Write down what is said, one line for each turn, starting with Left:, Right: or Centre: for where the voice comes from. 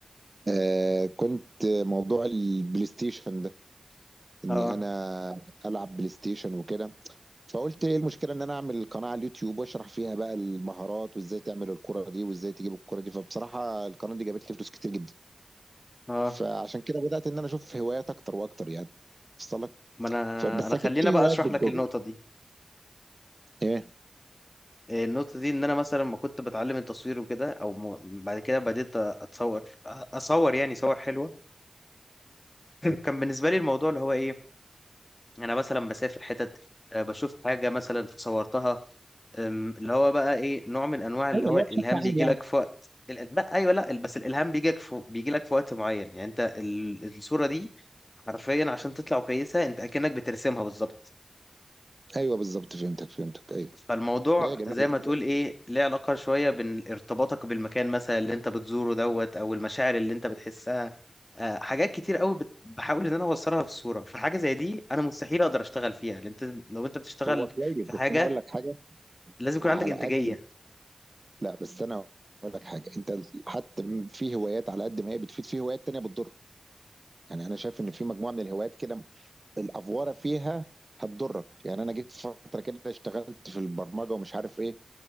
Right: آه كنت موضوع البلاي ستيشن ده اني
Left: اه
Right: انا العب بلاي ستيشن وكده فقلت ايه المشكله ان انا اعمل قناه على اليوتيوب واشرح فيها بقى المهارات وازاي تعمل الكره دي وازاي تجيب الكره دي فبصراحه القناه دي جابت لي فلوس كتير جدا
Left: اه
Right: فعشان كده بدات ان انا اشوف هوايات اكتر واكتر يعني وصل لك
Left: ما انا
Right: فبس
Left: انا
Right: اكيد
Left: خلينا
Right: في
Left: بقى
Right: هوايات
Left: اشرح
Right: بتضر
Left: لك النقطه دي
Right: ايه
Left: إيه النقطة دي إن أنا مثلا ما كنت بتعلم التصوير وكده أو م... بعد كده بديت أ- أتصور أ- أصور يعني صور حلوة كان بالنسبة لي الموضوع اللي هو إيه أنا مثلا بسافر حتت آه، بشوف حاجة مثلا فصورتها أم، اللي هو بقى إيه نوع من أنواع اللي
Right: ايوه
Left: هو
Right: اللي
Left: الإلهام
Right: هو بشكل عام
Left: بيجي
Right: يعني
Left: لك في وقت ال- لا أيوه لا بس الإلهام بيجي لك في... بيجي لك في وقت معين يعني أنت ال- الصورة دي حرفيا عشان تطلع كويسة أنت أكنك بترسمها بالظبط
Right: ايوه بالظبط فهمتك فهمتك ايوه
Left: فالموضوع
Right: لا يا جميل
Left: زي
Right: بس
Left: ما تقول ايه ليه علاقة شوية بين ارتباطك بالمكان مثلا اللي انت بتزوره دوت او المشاعر اللي انت بتحسها آه، حاجات كتير قوي بت- بحاول ان انا اوصلها في صورة فحاجة زي دي انا مستحيل اقدر اشتغل فيها لان انت لو انت بتشتغل
Right: هو كويس
Left: في
Right: بس
Left: حاجة
Right: انا اقول لك حاجه
Left: لازم يكون
Right: على
Left: عندك انتاجية
Right: قد لا بس انا اقول لك حاجه انت حتى في هوايات على قد ما هي بتفيد في هوايات تانية بتضر يعني انا شايف ان في مجموعه من الهوايات كده الافوره فيها هتضرك يعني انا جيت فتره كده اشتغلت في البرمجه ومش عارف ايه